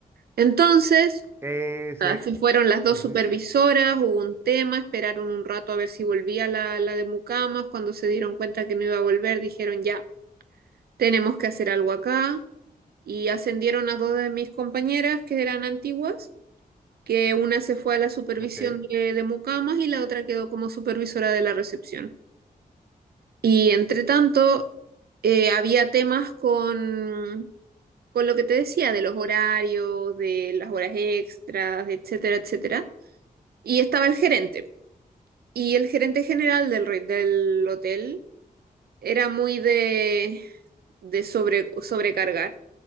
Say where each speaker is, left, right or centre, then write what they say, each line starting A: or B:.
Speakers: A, on the right (about 80°); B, on the right (about 15°).
A: Entonces,
B: ese...
A: nada, se fueron las dos
B: ujú,
A: supervisoras, hubo un tema, esperaron un rato a ver si volvía la, la de Mucamas. Cuando se dieron cuenta que no iba a volver, dijeron ya, tenemos que hacer algo acá. Y ascendieron a dos de mis compañeras que eran antiguas, que una se fue a la supervisión
B: Ok,
A: de, de Mucamas y la otra quedó como supervisora de la recepción. Y entre tanto, eh, había temas con, con lo que te decía, de los horarios, de las horas extras, etcétera, etcétera. Y estaba el gerente. Y el gerente general del, re- del hotel era muy de, de sobre, sobrecargar